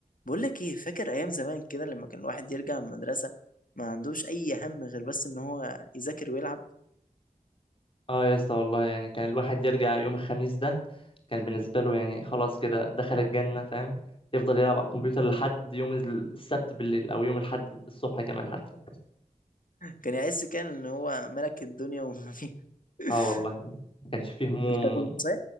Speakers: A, on the left (about 65°); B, on the left (about 35°).
A: بقول لك ايه فاكر ايام زمان كده لما كان الواحد يرجع من المدرسه ما عندوش اي هم غير بس ان هو يذاكر ويلعب
B: اه يا اسطى والله يعني كان الواحد يرجع يوم الخميس ده كان بالنسبة له يعني خلاص كده دخل الجنة فاهم يفضل يلعب على الكمبيوتر لحد يوم السبت بالليل أو يوم الأحد الصبح كمان حتى
A: كان يحس كان ان هو ملك الدنيا وما فيها <laughs>
B: اه والله ما كانش فيه هموم
A: انت كنت
B: و...
A: صحيح